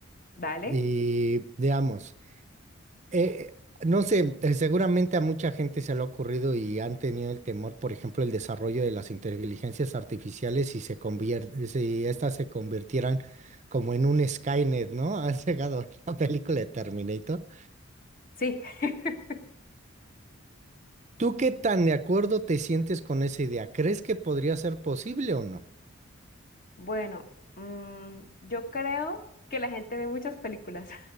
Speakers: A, on the left; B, on the right.
A: dale.
B: Y veamos. Eh, no sé, eh, seguramente a mucha gente se le ha ocurrido y han tenido el temor, por ejemplo, el desarrollo de las inteligencias artificiales si se convier- si estas se convirtieran como en un Skynet, ¿no? <laughs> Has llegado a la película de Terminator.
A: Sí. <laughs>
B: ¿Tú qué tan de acuerdo te sientes con esa idea? ¿Crees que podría ser posible o no?
A: Bueno, mm, yo creo que la gente ve muchas películas.